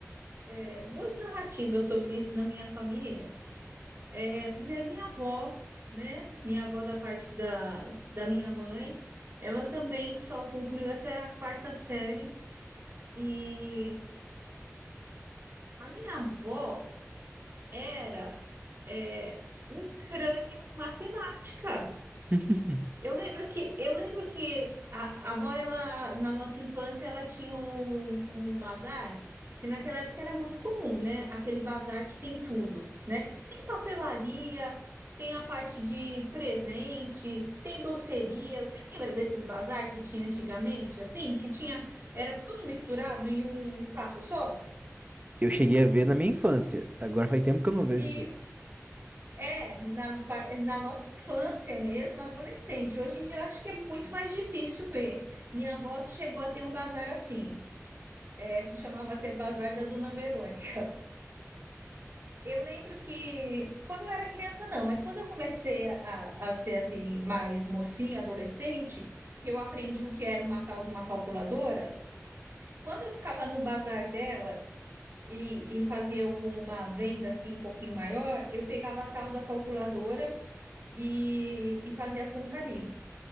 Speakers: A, on the right; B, on the right.
A: é, duas narrativas sobre isso na minha família. É, primeiro, minha avó, né? Minha avó da parte da, da minha mãe, ela também só concluiu até a quarta série. E a minha avó era, é, um crânio em matemática.
B: <laughs>
A: Eu lembro que eu lembro que a, a avó ela na nossa infância ela tinha um, um bazar que naquela época era muito comum, né? Aquele bazar que tem tudo, né? Tem papelaria, tem a parte de presente, tem doceria. Você lembra desses bazar que tinha antigamente, assim, que tinha era tudo misturado em um espaço só?
B: Eu cheguei a ver na minha infância. Agora faz tempo que eu não vejo
A: E
B: um desses.
A: É, na, pa- na nossa infância mesmo, adolescente. Hoje em dia eu acho que é muito mais difícil ver. Minha avó chegou a ter um bazar assim, é, se chamava até Bazar da Dona Verônica. Eu lembro que quando eu era criança, não, mas quando eu comecei a, a ser assim, mais mocinha, adolescente, que eu aprendi o que era uma tal de uma calculadora, quando eu ficava no bazar dela, e, e fazia alguma venda assim um pouquinho maior, eu pegava a tal da calculadora e, e fazia a conta ali.